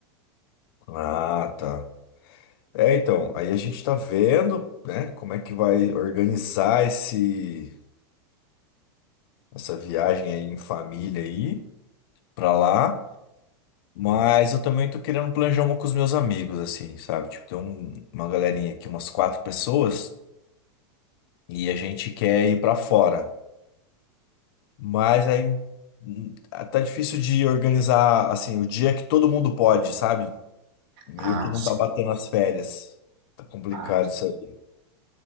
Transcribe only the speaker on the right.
Ah,
sim.
Ah,